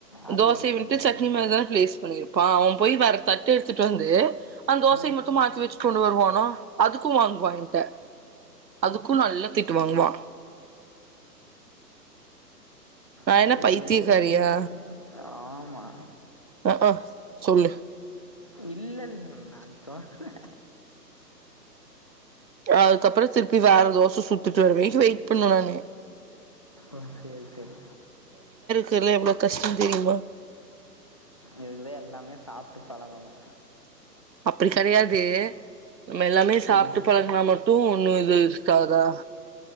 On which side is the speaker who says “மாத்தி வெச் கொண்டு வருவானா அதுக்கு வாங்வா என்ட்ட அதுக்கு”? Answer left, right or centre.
Right